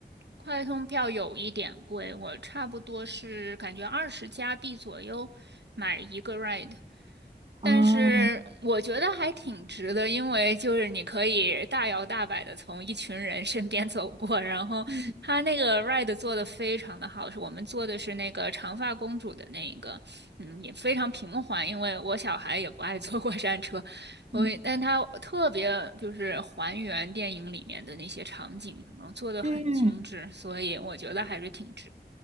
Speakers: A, on the right; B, on the right.
A: 快通票有一点贵，我差不多是感觉二十加币左右买一个 ride。
B: 哦，
A: 但是我觉得还挺值的，因为就是你可以大摇大摆的从一群人身边走过，然后他那个
B: 嗯。
A: ride 做的非常的好，是我们做的是那个长发公主的那一个，嗯，也非常平缓，因为我小孩也不爱坐过山车，所以但他特别就是还原电影里面的那些场景，
B: 嗯
A: 然后做的很精致，
B: 嗯。
A: 所以我觉得还是挺值。